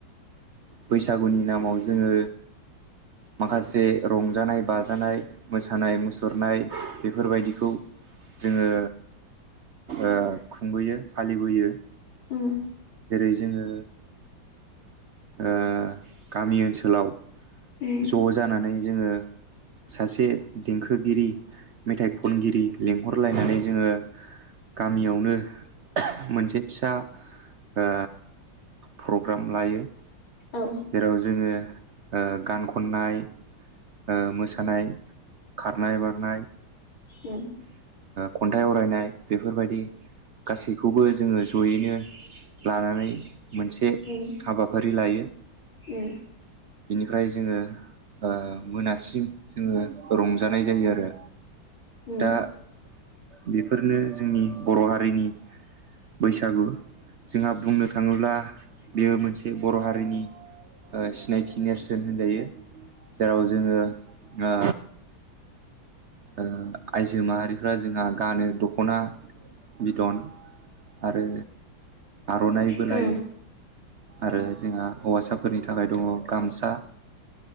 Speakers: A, on the right; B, on the left.
A: बैसागुनि नामाव जोङो माखासे रंजानाय बाजानाय मोसानाय मुसुरनाय बेफोरबायदिखौ जोङो ओ खुंबोयो फालिबोयो
B: उम
A: जेरै जोङो ओ गामि ओनसोलाव
B: उम
A: ज' जानानै जोङो सासे देंखोगिरि मेथाइ खनगिरि लिंहरलायनानै जोङो गामियावनो ओह मोनसे फिसा ओ प्रग्राम लायो
B: औ
A: जेराव जोङो ओ गान खननाय ओ मोसानाय खारनाय बारनाय
B: उम
A: खन्थाइ आवरायनाय बेफोरबायदि गासैखौबो जोङो जयैनो लानानै मोनसे
B: उम
A: हाबाफारि लायो
B: उम
A: बेनिफ्राय जोङो ओ मोनासिम जोङो रंजानाय जायो आरो
B: उम
A: दा बेफोरनो जोंनि बर' हारिनि बैसागु जोंहा बुंनो थाङोब्ला बेयो मोनसे बर' हारिनि ओ सिनाय थि नेरसोन होनजायो जेराव जोङो ओ ओ आइजो माहारिफ्रा जोंहा गानो द ख'ना बिद'न आरो आर'नाइबो
B: उम
A: लायो। आरो जोंहा हौवासाफोरनि थाखाय दङ गामसा